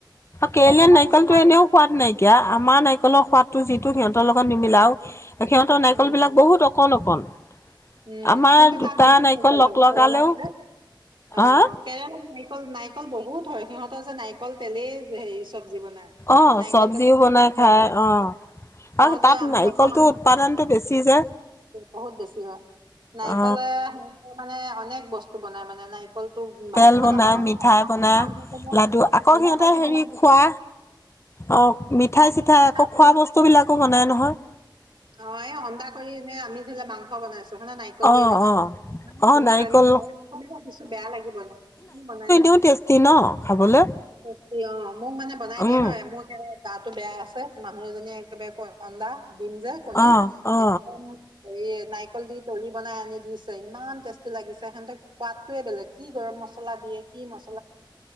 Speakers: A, on the left (about 35°); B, on the right (about 80°).
A: কেৰেলিয়ান
B: অসমৰ
A: নাৰিকলতো
B: নিচিনা
A: এনেও সোৱাদ নাইকিয়া আমাৰ নাৰিকলৰ সোৱাদতটো যিটো সিহঁত সিহঁতৰ লগত নিমিলাও সিহঁতৰ নাৰিকল
B: উম
A: বিলাক বহুত অকণ অকণ
B: উম
A: আমাৰ
B: কিন্তু
A: দুটা
B: তাত বহুত নাৰিকল
A: লগ
B: হয়‌ কেৰেলাত
A: লগালেও
B: যে অ
A: হা
B: কেৰেলা নাৰিকল নাৰিকল বহুত হয় সিহঁতৰ যে নাৰিকল তেলেই হেৰি চব লোচি বনায়
A: অ
B: নাৰিকল
A: চব্জিও
B: তেল
A: বনাই খাই অ আৰু
B: মই
A: তাত
B: যে মোৰ
A: নাৰিকলটো
B: লগৰ মানুহ
A: উৎপাদনটো বেছি যে
B: বহুত বেছি হয়। নাৰিকলে
A: অ
B: সেনেকে মানে অনেক বস্তু বনাই মানে। নাৰিকলটো
A: তেল
B: ভাজি
A: বনাই
B: বনাব নহয়।
A: মিঠাই বনাই
B: মানুহজনে
A: লাডু আকৌ
B: অন্দা
A: সিহঁতে
B: কৰি
A: হেৰি
B: বনাই দিছে।
A: খোৱা অ মিঠাই চিঠাই
B: অন্দা
A: আকৌ
B: কৰি
A: খোৱা বস্তু বিলাকো বনাই নহয়।
B: অ এই অন্দা কৰি ন আমি ধৰি ল মাংস বনাইছো। প্ৰথমে নাৰিকল
A: অ
B: দিয়ে বনাই
A: অ
B: ইমান
A: অ
B: ধুনীয়া
A: নাৰিকল
B: লাগে খাই অকমান ভাবিছো বেয়া লাগিব নাই বনাই নে
A: বহুত টেষ্টি ন খাবলৈ
B: টেষ্টি অ মোক মানে বনাই
A: উম
B: দিয়ে নহয় মোৰ একেবাৰে গাটো বেয়া আছে। মানুহ এজনীয়ে একেবাৰে অন্দা দিম যে কণী
A: অ অ
B: একদম হেই নাৰিকল দি দৰি বনাই আনি দিছে ইমান টেষ্টি লাগিছে সিহঁতক সোৱাদটোৱে বেলেগ কি গৰম মছলা দিয়ে কি মছ